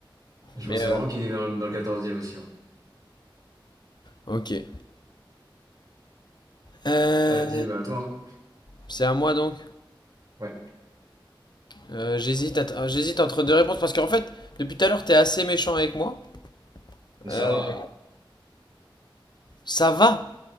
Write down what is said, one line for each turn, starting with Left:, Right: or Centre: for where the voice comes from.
Right: Je
Left: Mais,
Right: pensais
Left: euh,
Right: vraiment qu'il était dans, dans le quatorzième aussi. hein.
Left: ok. Euh,
Right: Vas-y, bah, à toi. hein.
Left: C'est à moi donc.
Right: Ouais.
Left: Euh, j'hésite à euh, j'hésite entre deux réponses parce qu'en fait, depuis tout à l'heure, t'es assez méchant avec moi. Euh,
Right: Ça va.
Left: ça va.